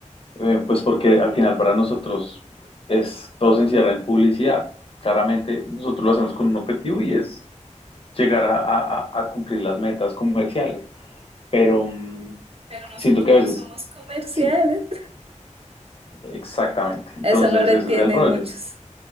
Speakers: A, on the left (about 45°); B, on the right (about 50°).
A: Eh, pues porque al final para nosotros es, todo se encierra en publicidad. Claramente nosotros lo hacemos con un objetivo y es llegar a, a- a- cumplir las metas comerciales, pero mm,
B: Pero nosotros
A: siento que a veces,
B: no somos comerciales.
A: sí, exactamente. Entonces
B: Eso no lo entienden
A: ese es el rollo.
B: muchos.